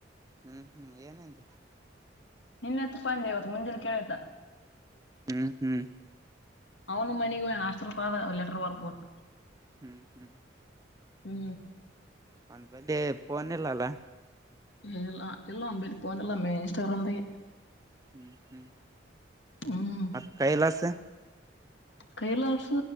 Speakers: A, on the right; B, on the left.
A: ಹು ಹು ಏನಂದಿ
B: ನಿನ್ನೆ ಇತ್ತಪ್ಪ ಅಂದೆ ಇವತ್ತು ಮುಂಜೆಲಿ ಕೇಳಿದಾ.
A: ಹು ಹು
B: ಅವನು ಮನಗೊಗ್ಯಾನ ಹಾಸ್ಟೆಲ್ ಲೆಟರಬರ್ದಕೊಟ್ಟ.
A: ಹು ಹು
B: ಹು
A: ಅವ್ನ್ ಬಂದೀ ಪೋನ್ ಇಲ್ಲ ಅಲ.
B: ಎಲ್ಲ ಎಲ್ಲಾ <unintelligible> ಇನ್ಸ್ಟಾಗ್ರಾಮ್ದಗೆ.
A: ಹ್ಮ್ ಹ್ಮ್
B: ಹ್ಞೂ
A: ಮತ್ ಕೈಲಾಸ್.
B: ಕೈಲಾಸ್